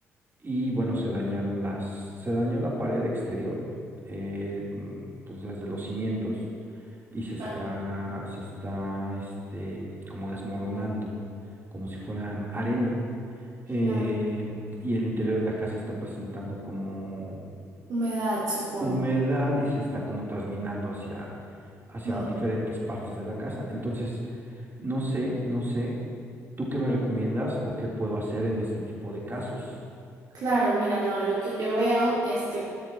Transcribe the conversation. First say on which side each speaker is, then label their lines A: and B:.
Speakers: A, on the right; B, on the right.
A: y bueno, se dañaron las, se dañó la pared exterior, eh, mm, pues desde los cimientos y se
B: Claro,
A: está, se está, este, como desmoronando, como si fuera arena. Eh,
B: claro.
A: y el interior de la casa está presentando como
B: Humedad, supongo.
A: pues, humedad y se está como trasminando hacia, hacia
B: Mm,
A: diferentes partes de la casa. Entonces, no sé, no sé, ¿tú qué me recomiendas o qué puedo hacer en este tipo de casos?
B: Claro, mira, no, lo que yo veo es que